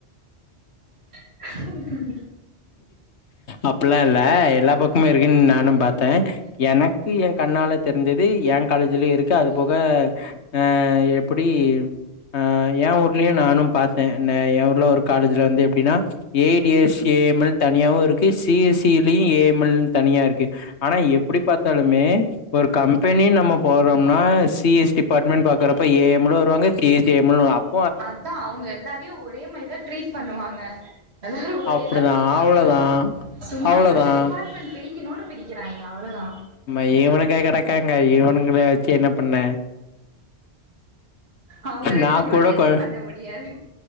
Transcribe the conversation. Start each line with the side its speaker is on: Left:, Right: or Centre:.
Right: ம்
Left: அப்பல்லாம் இல்ல எல்லா பக்கமு இருக்குன் நானும் பாத்தே எனக்கு என் கண்ணால தெரிஞ்சது என் காலேஜ்லயு இருக்கு அது போக ஆ எப்புடி ஆ எ ஊர்லயு நானு பாத்தே ந எ ஊர்ல ஒரு காலேஜ்ல வந்து எப்டின்னா ஏடி எஸ் ஏ எம் எல் தனியாவு இருக்கு சி எஸ் சி லயும் ஏ எம் எல்ன் தனியா இருக்கு ஆனா எப்டி பாத்தாலுமே ஒரு கம்பெனி நம்ம போறோம்னா சி எஸ் டி பார்ட்மெண்ட் பாக்கரப்ப ஏ எம்ளு வருவாங்க கே ஜீ எம்மலு அப்
Right: அதா அவங்க எல்லாரையு ஒரே மய்தா ட்ரீட் பண்ணுவாங்க எல்லாரு ஒரேதா
Left: அப்டிதா
Right: படிப்பாங்க
Left: அவ்ளோதா
Right: சும்மா
Left: அவ்ளோதா
Right: இவனுங்கு டிபார்ட்மெண்ட் பிரி கினுன்னு பிரிக்கிறாய்ங்க அவ்ளதா
Left: <unintelligible> <unintelligible> இவனுங்கள வச்சு என்ன பண்ண
Right: அவுங்கள வச்சு
Left: நா
Right: உங்களால
Left: கூட
Right: எதுவு
Left: கொ
Right: பண்ண முடியாது